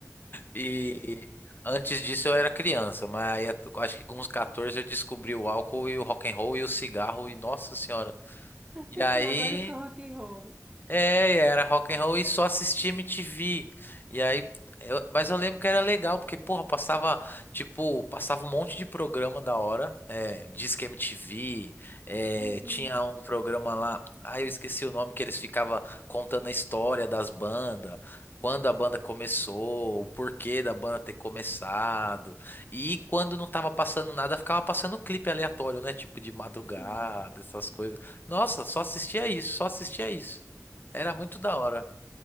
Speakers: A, on the left; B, on the right.
A: E antes disso eu era criança, mas aí eu acho que com uns 14 eu descobri o álcool e o rock and roll e o cigarro e nossa senhora. E
B: Ele
A: aí
B: falou, agora eu sou rock and roll.
A: É, era rock and roll e só assistia MTV. E aí, eu- mas eu lembro que era legal, porque, porra, passava, tipo, passava um monte de programa da hora. É, Disque MTV, é,
B: Uhum.
A: tinha um programa lá, ah, eu esqueci o nome, que eles ficavam contando a história das bandas, quando a banda começou, o porquê da banda ter começado. E quando não tava passando nada, ficava passando clipe aleatório, né? Tipo, de madrugada,
B: Sim.
A: essas coisas. Nossa, só assistia isso, só assistia isso. Era muito da hora.